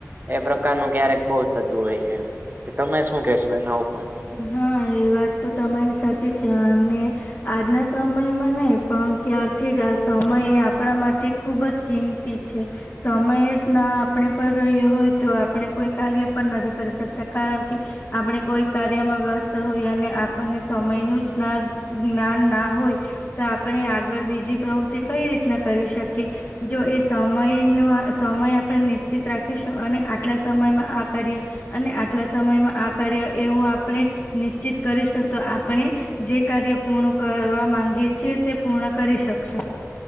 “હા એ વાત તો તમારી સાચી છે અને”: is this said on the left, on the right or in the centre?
Left